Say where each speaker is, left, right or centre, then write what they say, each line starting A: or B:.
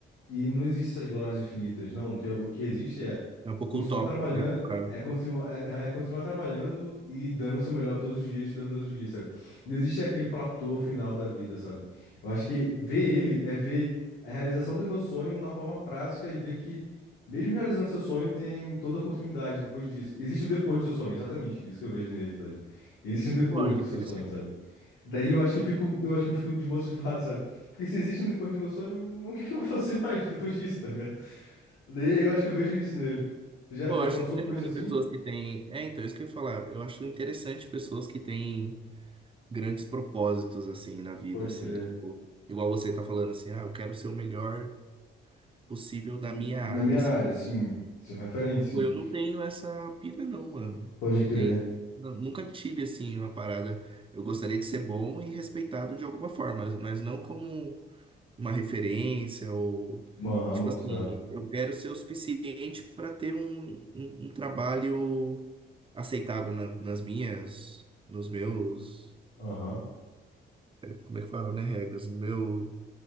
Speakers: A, on the left; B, on the right.
A: e não existe essas glórias infinitas, não. O que, é, o que existe é
B: É um pouco
A: continuar
B: utópico,
A: trabalhando,
B: né, do cara.
A: é continuar, é, é continuar trabalhando e dando o seu melhor todos os dias, dando todos os dias, sabe? Não existe aquele platô final da vida, sabe? Eu acho que ver ele é ver a realização do meu sonho na forma prática e ver que, mesmo realizando seu sonho, tem toda a continuidade depois disso. Existe um depois do seu sonho, exatamente isso que eu vejo nele, sabe? Existe um depois
B: Pô, eu acho
A: do
B: interessante.
A: seu sonho, sabe? Daí eu acho que eu fico, eu acho que eu fico desmotivado, sabe? Porque se existe um depois do meu sonho, o que que eu vou fazer mais depois disso, tá ligado? Daí eu acho que eu vejo isso nele. Você já,
B: Pô,
A: já
B: eu acho
A: passou
B: interessante
A: por isso assim?
B: pessoas que têm. É, então, isso que eu ia falar. Eu acho interessante pessoas que têm grandes propósitos, assim, na vida,
A: Pode
B: assim.
A: crer.
B: Tipo, igual você tá falando, assim, ah, eu quero ser o melhor possível da
A: Na,
B: minha
A: na
B: área,
A: minha
B: assim.
A: área, sim. Seu referente,
B: Tipo,
A: sim.
B: eu não tenho essa pira, não, mano.
A: Pode
B: Não
A: crer.
B: tenho. nu- Nunca tive, assim, uma parada. Eu gostaria de ser bom e respeitado de alguma forma, mas mas não como uma referência ou.
A: Aham,
B: Tipo
A: boto
B: assim,
A: fé.
B: eu quero ser o suficiente para ter um, um, um trabalho aceitável na- nas minhas, nos meus,
A: Aham.
B: como é que fala, né? Regras, no meu,